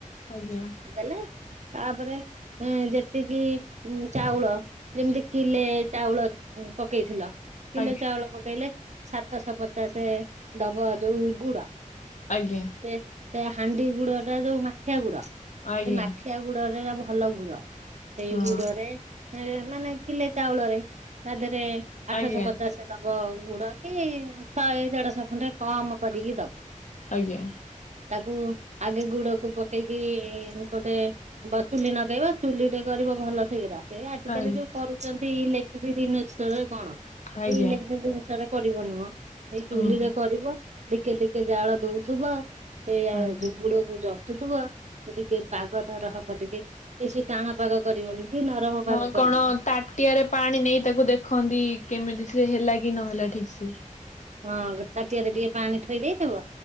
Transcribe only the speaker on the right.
ଦେଲା ତାପରେ ଏ ଯେତିକି ଚାଉଳ ଯେମତି କିଲେ ଚାଉଳ ଉଁ ପକେଇଥିଲ। କିଲେ
ଚାଉଳ ପକେଇଲେ ସାତଶ ପଚାଶେ ଦବ ଯୋଉ ଗୁଡ।
ସେ ସେ ହାଣ୍ଡି ଗୁଡଟା ଯୋଉ ମାଠିଆ ଗୁଡ ସେ
ମାଠିଆ ବୁଡରେ ଭଲ ଗୁଡ ସେଇ
ବୁଡରେ ଏ ମାନେ କିଲେ ଚାଉଳରେ ତା ଦେହରେ ଆଠଶ
ପଚାଶ ଦବ ଗୁଡ କି ଶହେ ଦେଢଶ ଖଣ୍ଡେ କମ କରିକି ଦବ।
ତାକୁ ଆଗେ ଗୁଡକୁ ପକେଇକି ଗୋଟେ ବ ଚୁଲି ନଗେଇବ ଚୁଲିରେ କରିବ ଭଲ ସିଘିର। ଏଇ ଆଜିକାଲି
ଯୋଉ କରୁଚନ୍ତି ଇଲେକ୍ଟ୍ରି ଜିନିଷରେ କଣ
ଏଇ ଇଲେକ୍ଟ୍ରି ଜିନଷ୍ ରେ କରିବନି ମ ଏଇ ଚୁଲିରେ
କରିବ ଧିକେ ଧିକେ ଜାଳ ଦୋଉଥୁବ ସେୟା
ହେ ଯୋଉ ଗୁଡକୁ ଯ କଟୁଥିବ ସେ ଟିକେ ପାଗ ତାର ହବ ଟିକେ ବେଶି ଟାଣ ପାଗ କରିବନି। କି ନରମ ପାଗ
କରିବନି
ହଁ ଗୋଟେ ତାଟିଏରେ ଟିକେ ପାଣି ଥୋଇ ଦେଇଥିବ